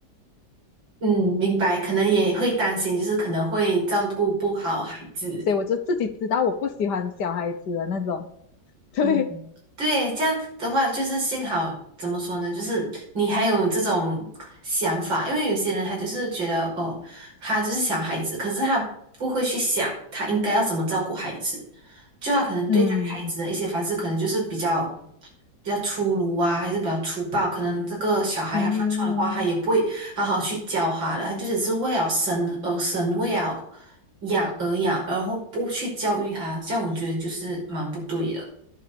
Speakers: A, on the right; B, on the left.
A: 嗯，明白，可能也会担心，就是可能会照顾不好孩子。
B: 所以我就自己知道我不喜欢小孩子的那种。<laughs> 对，
A: 嗯，对，这样的话，就是幸好怎么说呢，就是你还有这种想法，因为有些人他就是觉得哦，他就是想孩子，可是他不会去想他应该要怎么照顾孩子，就他可能对待孩子的一些方式，
B: 嗯，
A: 可能就是比较。比较粗鲁啊，还是比较粗暴，可能这个小孩他犯错的话，
B: 对
A: 他也不会好好去教他的，他就只是为了生而生，为了养而养，然后不去教育他，这样我觉得就是蛮不对的。